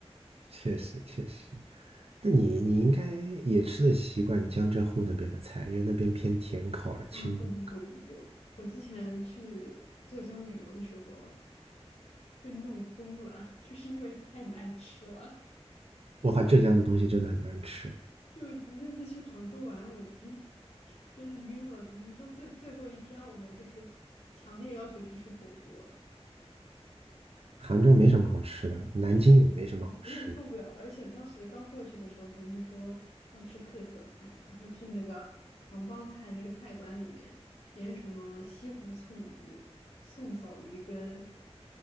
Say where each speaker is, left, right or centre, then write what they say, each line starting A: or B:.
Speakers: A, on the right; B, on the left.
A: 确实确实。那你你应该也吃得习惯江浙沪那边的菜，因为那边偏甜口而清淡口儿
B: 啊，不不不不不，我之前去浙江旅游的时候被弄疯了，就是因为太难吃了。
A: 我靠，浙江的东西真的很难吃，
B: 就那次去杭州玩，我真的 <laughs> 真的晕了，只能说最最后一天我们就是强烈要求去吃火锅。
A: 杭州没什么好吃的，南京也没什么好吃的。
B: 就是有点受不了了，而且当时刚过去的时候，肯定说要吃特色菜，然后去那个杭帮菜那个菜馆里面点什么西湖醋鱼、宋嫂鱼羹，